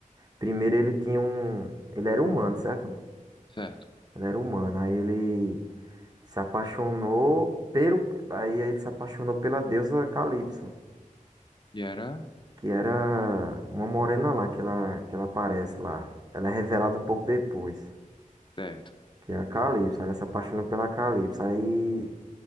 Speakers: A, on the right; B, on the left.
A: primeiro ele tinha um. Ele era humano, certo?
B: certo.
A: Ele era humano. Aí ele Se apaixonou pelo. Aí ele se apaixonou pela deusa Calypso,
B: Que era...
A: que era uma morena lá que ela, que ela aparece lá. Ela é revelada um pouco depois,
B: Certo.
A: que é a Calypso. Ela se apaixonou pela Calypso. Aí